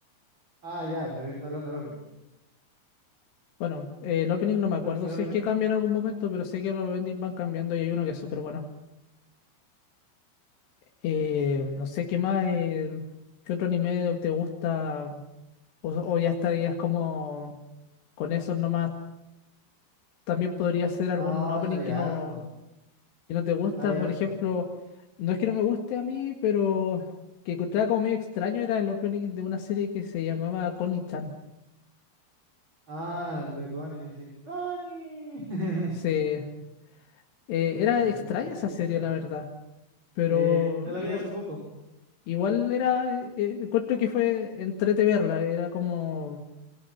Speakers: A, on the right (about 30°); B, on the left (about 85°).
A: Ah, ya, pero yo estaba hablando del opening.
B: Bueno, eh, el opening no me acuerdo
A: Creo que el
B: si
A: opening.
B: es que cambia en algún momento, pero sé que los endings van cambiando y hay uno que es súper bueno. Eh,
A: sí.
B: no sé qué más, eh, qué otro anime te gusta o, o ya estarías como con eso nomás. También podría ser algún
A: No,
B: opening
A: o sea, hay
B: que
A: harto.
B: no, que no te gusta.
A: Hay harto.
B: Por ejemplo, no es que no me guste a mí, pero que encontraba como medio extraño era el opening de una serie que se llamaba Connie-chan.
A: Ah, el de Connie, sí. ¡Connie! <laughs>
B: Se, eh,
A: Otra
B: era extraña
A: vez, es
B: esa
A: chistoso.
B: serie, la verdad. Pero
A: Eh, yo la
B: igual,
A: vi hace poco.
B: igual era, eh, eh, encuentro que fue entrete verla, era como